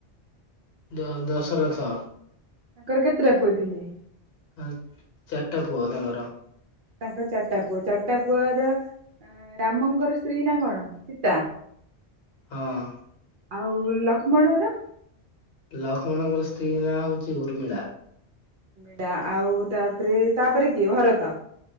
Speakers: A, on the left (about 65°); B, on the right (about 60°).
A: ଦ ଦଶରଥ।
B: ତାଙ୍କର କେତେଟା ପୁଅଥିଲେ?
A: ପା ଚାରିଟା ପୁ ତାଙ୍କର।
B: ତାଙ୍କର ଚାରିଟା ପୁଅ ଚାରିଟା ପୁଅର ରାମଙ୍କର ସ୍ତ୍ରୀ ନା କଣ ସୀତା।
A: ହଁ।
B: ଆଉ ଲକ୍ଷ୍ମଣର?
A: ଲକ୍ଷ୍ମଣଙ୍କର ସ୍ତ୍ରୀ ନାଁ ହଉଚି ଉର୍ମିଳା।
B: ଡା ଆଉ ତାପରେ ତାପରେ କିଏ ଭରତ।